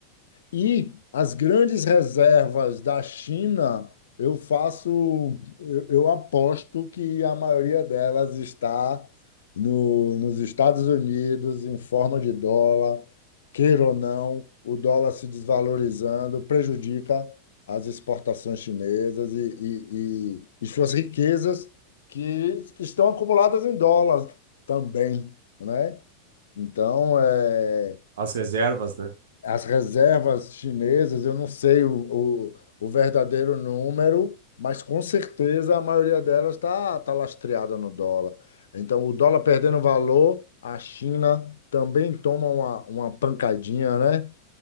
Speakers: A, on the left (about 65°); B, on the right (about 55°).
A: e as grandes reservas da China, eu faço, eu, eu aposto que a maioria delas está no, nos Estados Unidos, em forma de dólar, queira ou não, o dólar se desvalorizando prejudica as exportações chinesas e, e, e, e suas riquezas que estão acumuladas em dólar também, né? Então, é.
B: As reservas, né?
A: As reservas chinesas, eu não sei o, o, o verdadeiro número, mas com certeza a maioria delas está tá tá lastreada no dólar. Então, o dólar perdendo valor, a China também toma uma, uma pancadinha, né?